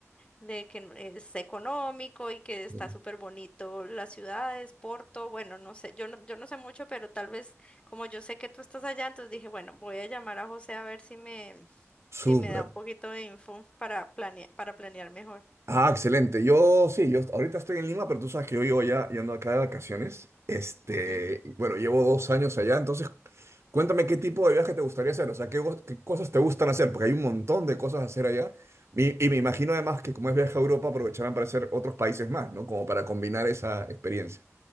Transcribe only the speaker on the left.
de que n- es económico y que
está súper bonito las ciudades, Porto, bueno, no sé, yo no, yo no sé mucho, pero tal vez como yo sé que tú estás allá, entonces dije, bueno, voy a llamar a José a ver si me, si
me da un poquito de info para planear, para planear mejor.
Ujú.